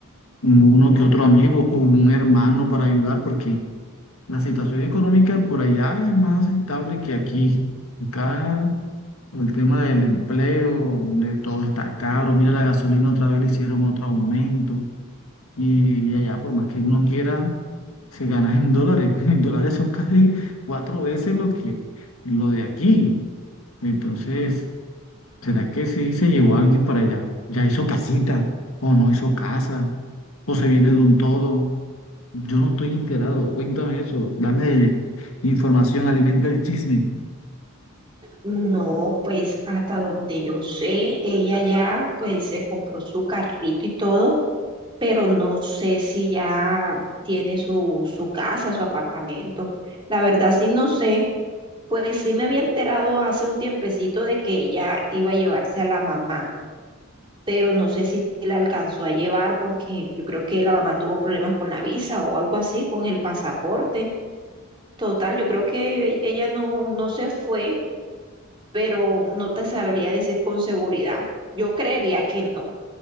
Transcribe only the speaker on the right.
No, pues hasta donde yo sé, ella ya pues se compró su carrito y todo, pero no sé si ya tiene su, su casa, su apartamento. La verdad sí no sé, pues sí me había enterado hace un tiempecito de que ella iba a llevarse a la mamá, pero no sé si la alcanzó a llevar porque yo creo que la mamá tuvo problemas con la visa o algo así, con el pasaporte. Total, yo creo que e- ella no, no se fue pero no te sabría decir con seguridad. Yo creería que no,